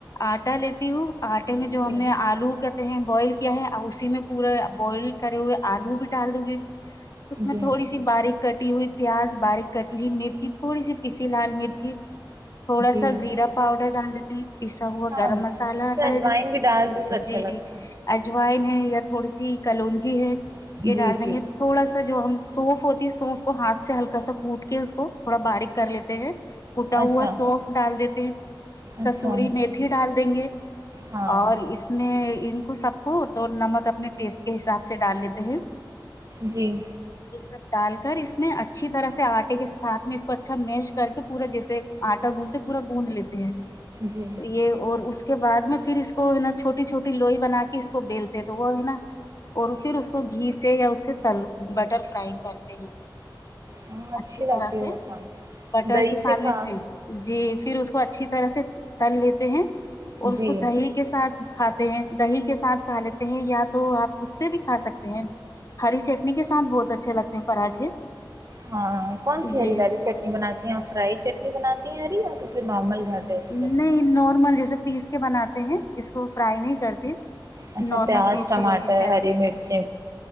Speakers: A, on the left; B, on the right.
A: آٹا لیتی ہوں آٹے میں جو ہم
B: جی
A: نے آلو کہتے ہیں بوائل کیا ہے ا اسی میں پورا بوئل کرے ہوئے آلو بھی ڈال د گے اس میں
B: جی
A: تھوڑی سی باریک کٹی ہوئی پیاز باریک کتی مرچی تھوڑی سی پیسی لال مرچی تھوڑا
B: جی
A: سا زیرا پؤڈر ڈال دی جی پیسا ہوا
B: ہاں
A: گرم مسالحہ
B: اس
A: آتا
B: میں اجوائن
A: ہے جو
B: بھی ڈال دوں تو اچھا
A: جی
B: لگتا
A: اجوائن ہے یا تھوڑی سی کلونجی ہیں
B: ہے
A: یہ ڈال
B: جی
A: دیں
B: جی
A: گے تھوڑا سا جو ہم سونف ہوتی ہے سونف کو ہاتھ سے ہلکا سا کوٹ کے اس کو تھوڑا باریک کر لیتے ہیں ٹا ہوا
B: اچھا
A: سوف ڈال دیتے ہیں کسوری
B: اچھا
A: میتھی ڈال دیں گے
B: ہاں
A: اور اس میں ان کو سب کو تو نمک اپنے ٹیسٹی کے حساب سے ڈال لیتے ہیں
B: جی
A: یہ سب ڈال کر اس میں اچھی طرح سے آٹے کے سھ میں اس کو اچھا میش کر کے پورا جیسے آٹا گوندھتے پورا گوند لیتے
B: جی
A: تو یہ اور اس اس کے بعد میں پھر اس کو ہے نا چھوٹی چھوٹی لوئی بنا کے اس کو بیلتے تو وہ ہے نا اور پھر اس کو گھی سے یا اس سے تل بٹر فرائی کرتے ہیں
B: ہاں
A: اچھی
B: لگتی
A: طرح سے
B: ہے کھانا
A: بٹر
B: دہی
A: کی سینڈوچ
B: سے کھا
A: جی پھر اس کو اچھی طرح سے تل لیتے ہیں اور اس
B: جی
A: کو دہی کے ساتھ کھاتے ہیں دہی کے ساتھ کھا لیتے ہیں یا تو آپ اس سے بھی کھا سکتے ہیں ہری چٹنی کے ساتھ بہت اچھے لگتے ہیں پراٹھے
B: ہاں کون سی
A: جی
B: ہری والی چٹنی بناتی ہیں فرائی چٹنی بناتی ہرییا تو پھر نارمل گھر جیسی
A: نہیں
B: چٹنی بناتی
A: نارمل
B: ہیں
A: جیسے پیس کے بناتے ہیں اس کو فرائی نہیں کرتے
B: اچھا
A: نارمل
B: پیاز
A: پیسی
B: ٹمٹر
A: ہوئی چٹنی
B: ہری مرچی